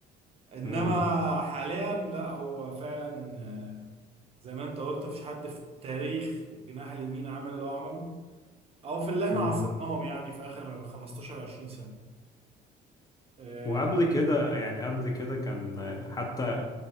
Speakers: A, on the right; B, on the left.
A: انما
B: مم.
A: حاليا لا هو فعلا آه، زي ما انت قلت مفيش حد في تاريخ الجناح اليمين عمل اللي هو عمله او في اللي احنا
B: مم.
A: عاصرناهم يعني في اخر 15 20 سنه آه،
B: وقبل كده يعني قبل كده كان آه، حتى